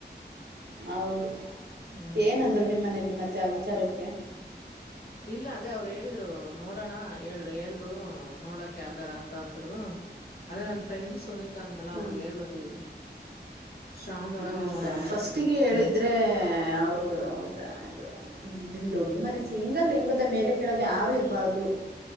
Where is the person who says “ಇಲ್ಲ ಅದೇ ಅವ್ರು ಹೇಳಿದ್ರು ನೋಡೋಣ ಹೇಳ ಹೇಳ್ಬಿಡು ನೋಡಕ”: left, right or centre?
Left